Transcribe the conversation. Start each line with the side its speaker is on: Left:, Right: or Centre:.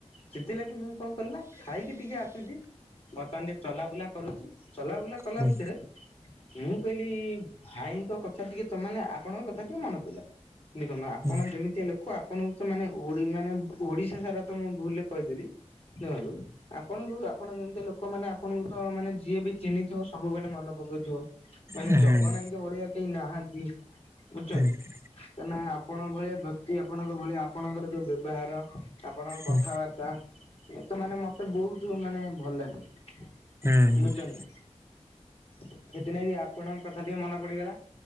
Left: ସେଥିଲାଗି ମୁଁ କଣ କଲି ନା ଖାଇକି ଟିକେ ଆସୁଛି ବର୍ତ୍ତମାନ। ଚଲାବୁଲା କରୁଛି ଚଲାବୁଲା କଲା
Right: ହୁଁ
Left: ଭିତରେ ମୁଁ କହିଲି ଭାଇଙ୍କ କଥା ଟିକେ ତମେ ଆପଣଙ୍କ କଥା ଟିକେ ମନେ ପଇଲା। ଦେଖନ୍ତୁ ଆପଣ
Right: ହୁଁ
Left: ଯେମିତିଆ ଲୋକ ଆପଣଙ୍କୁ ତ ମାନେ ମାନେ ଓଡିଶା ସାରା ତ ମୁଁ ଭୁଲରେ କହିଦେଲି। ଦେଖନ୍ତୁ ଆପଣଙ୍କୁ ଆପଣ ଯେମିତି ଲୋକମାନେ ଆପଣଙ୍କୁ ତ ମାନେ ଯିଏ ବି ଚିହ୍ନିଥିବ ସବୁବେଳେ ମନେ ପକଉଥିବ। ମାନେ
Right: ହୁଁ
Left: ଜଗନ ଆଇକେ ଭଳିଆ କେହି ନାହାନ୍ତି ବୁଝୁଛନ୍ତି।
Right: ହୁଁ
Left: କ ଆପଣଙ୍କ ଭଳିଆ ବ୍ୟକ୍ତି ଆପଣଙ୍କ ଭଳିଆ ଆପଣଙ୍କର ଯୋଉ ବ୍ୟବହାର ଆପଣଙ୍କ
Right: ହୁଁ
Left: କଥାବାର୍ତ୍ତା ତ ମାନେ ମତେ ବହୁତ ମାନେ ଭଲ ଲାଗେ।
Right: ହୁଁ
Left: ବୁଝୁଛନ୍ତି ନା ସେଥିନାଗି ଆପଣଙ୍କ କଥା ଟିକେ ମନେ ପଡିଗଲା।